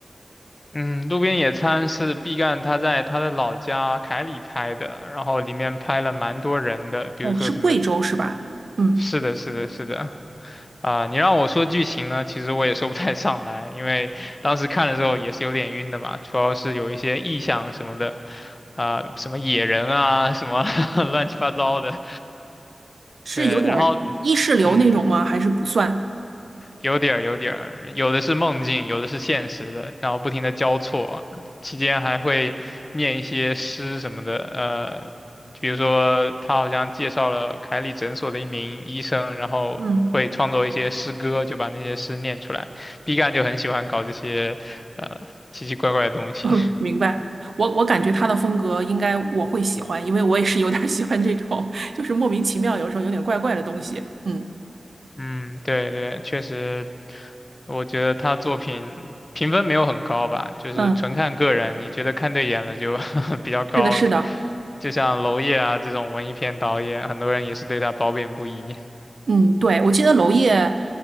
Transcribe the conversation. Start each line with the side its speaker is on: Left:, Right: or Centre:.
Left: 嗯，路边野餐是毕赣他在他的老家凯里拍的，然后里面拍了蛮多人的，比如说什么，
Right: 哦，是贵州是吧？嗯，
Left: 是的，是的，是的，啊、你让我说剧情呢，其实我也说不太上来，因为当时看的时候也是有点晕的嘛，主要是有一些意象什么的，啊、什么野人啊，什么 <laughs> 乱七八糟的，
Right: 是有点儿意识流那种吗？
Left: 对，然后。嗯，
Right: 还是不算？
Left: 有点儿有点儿，有的是梦境，有的是现实的，然后不停的交错，期间还会念一些诗什么的，呃，比如说他好像介绍了凯里诊所的一名医生，然后会创作一些诗歌，
Right: 嗯。
Left: 就把那些诗念出来。B 站就很喜欢搞这些，呃，奇奇怪怪的东西。
Right: <laughs>
Left: <laughs>
Right: 明白，我我感觉他的风格应该我会喜欢，因为我也是有点儿喜欢这种，就是莫名其妙，有时候有点怪怪的东西。嗯
Left: 嗯，对对，确实我觉得他作品评分没有很高吧，就是纯看个人，
Right: 嗯，
Left: 你觉得看对眼了就 <laughs> 比较高，
Right: 是的，是的，
Left: 就像娄烨啊这种文艺片导演，很多人也是对他褒贬不一。
Right: 嗯，对，我记得娄烨，